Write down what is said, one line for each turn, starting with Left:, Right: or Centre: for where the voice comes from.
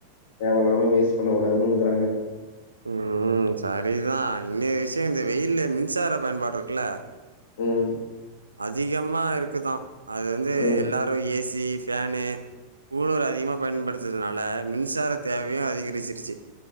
Left: தேவ இல்லாம வேஸ்ட் பண்ணக்கூடாதுங்கறாங்க
Right: ம், ம் சரிதா இன்னைய விஷியோ இந்த வெயில்ல மின்சார பயன்பாடு இருக்கல்ல
Left: ம்
Right: அதிகமா இருக்குதா அது வந்து
Left: ம்
Right: எல்லாரு ஏ சி, ஃபேனு கூள்ளர் அதிகமா பயன்படுததுனால மின்சார தேவயு அதிகரிச்சிருச்சு